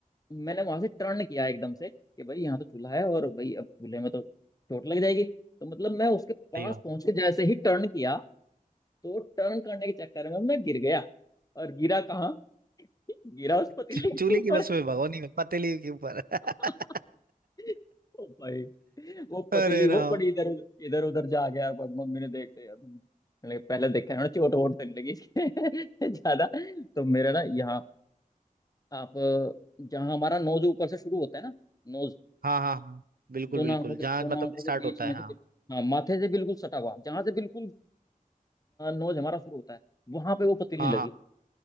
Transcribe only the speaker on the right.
सही बात
<laughs> चूल्हे
की बस में भगोनी में पतीली के ऊपर <laughs>
अरे
राम
हाँ हाँ हाँ बिल्कुल
बिल्कुल
जहाँ
मतलब
स्टार्ट
होता
है हाँ
हाँ
हाँ